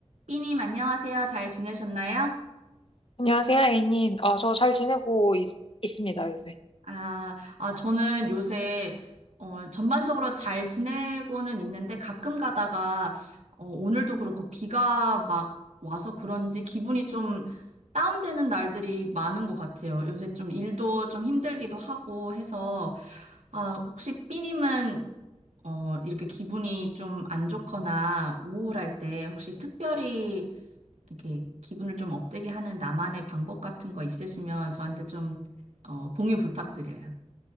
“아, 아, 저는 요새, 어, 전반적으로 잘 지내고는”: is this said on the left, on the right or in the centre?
Right